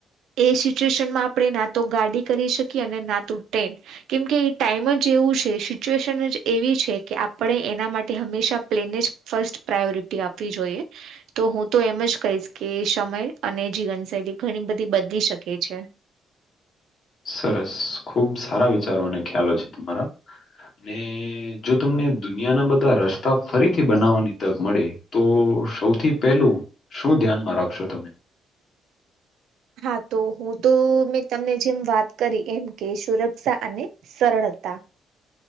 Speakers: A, on the right; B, on the left.
A: એ સિચ્યુએશનમાં આપણે ના તો ગાડી કરી શકીએ અને ના તો ટ્રેન. કેમકે એ ટાઈમ જ એવું છે સિચ્યુએશન જ એવી છે કે આપણે એના માટે હંમેશા પ્લેને જ ફસ્ટ પ્રાયોરિટી આપવી જોઈએ. તો હું તો એમ જ કહીશ કે સમય અને જીવનશૈલી ઘણી બધી બદલી શકે છે
B: સરસ, ખુબ સારા વિચારો અને ખ્યાલો છે તમારા ને જો તમને દુનિયાના બધા રસ્તા ફરીથી બનાવવાની તક મળે તો સૌથી પહેલું શું ધ્યાનમાં રાખશો તમે
A: હા, તો હું તો મેં તમને જેમ વાત કરી એમ કે સુરક્ષા અને સરળતા